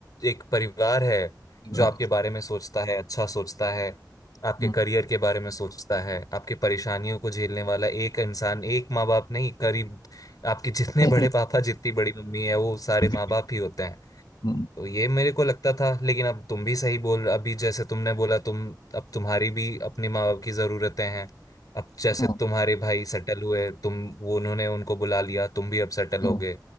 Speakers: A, on the left; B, on the left.
A: एक परिवार है
B: ये
A: जो
B: बात
A: आपके
B: है
A: बारे में सोचता है अच्छा सोचता है आपके
B: हम्म,
A: करियर के बारे में सोचता है आपकी परेशानियों को झेलने वाला एक इंसान एक माँ बाप नहीं करीब आपके जितने
B: <laughs>
A: बड़े पापा जितनी बड़ी मम्मी है वो सारे
B: भीड़,
A: माँ बाप ही होते हैं
B: हम्म,
A: तो ये मेरे को लगता था लेकिन अब तुम भी सही बोल अभी जैसे तुमने बोला तुम अब तुम्हारी भी अपने माँ बाप की ज़रूरतें हैं अब जैसे
B: हाँ
A: तुम्हारे भाई सेटल हुए तुम वो उन्होंने उनको बुला लिया तुम भी अब सेटल
B: हाँ
A: हो गए